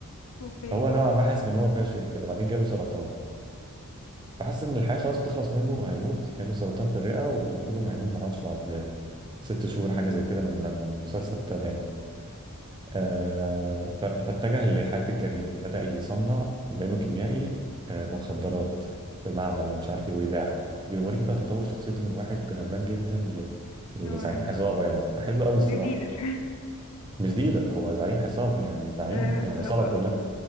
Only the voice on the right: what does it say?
فهو نوعا ما حاسس ان هو فاشل وكده بعدين جاله سرطان فحس ان الحياه خلاص بتخلص منه وهيموت لانه سرطان في الرئه ومفروض انه هيموت معرفش بعد ست شهور حاجه زي كده من من المسلسل ابتدى يعني آه ف- فاتجه لحياه الجريمه بدا يصنع لانه كيميائي آه مخدرات في معمل ومش عارف ايه ويباعها بيوريكي بقى تطور شخصيته من واحد غلبان جدا لل- لزعيم
عصابه يعني فحلو قوي الصراحه
مش ديلر هو زعيم عصابه يعني
زعيم
العصابه
كلها